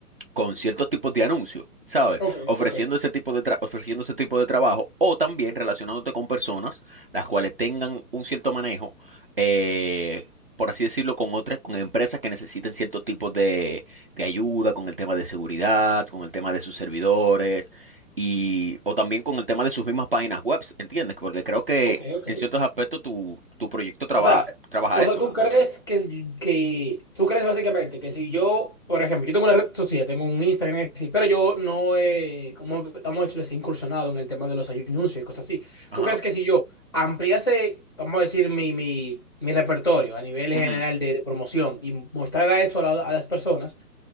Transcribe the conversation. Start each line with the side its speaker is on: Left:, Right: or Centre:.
Right: con ciertos tipos de anuncios, ¿sabes?
Left: ok,
Right: Ofreciendo
Left: ok,
Right: ese tipo de tra- ofreciendo ese tipo de trabajo o también relacionándote con personas las cuales tengan un cierto manejo, eh, por así decirlo, con otras, con empresas que necesiten cierto tipo de, de ayuda con el tema de seguridad, con el tema de sus servidores y o también con el tema de sus mismas páginas web, ¿entiendes? Porque creo que
Left: ok, ok.
Right: en ciertos aspectos tu, tu proyecto trabaja,
Left: O sea,
Right: trabaja
Left: o
Right: eso.
Left: sea, tú crees que, si- que tú crees básicamente que si yo, por ejemplo, yo tengo una red social, tengo un Instagram, así, pero yo no he, como hemos hecho, les incursionado en el tema de los anuncios y cosas así.
Right: Ajá.
Left: ¿Tú crees que si yo ampliase, vamos a decir, mi, mi, mi repertorio a nivel general
Right: Ujú.
Left: de, de promoción y mostrara eso a, la- a las personas,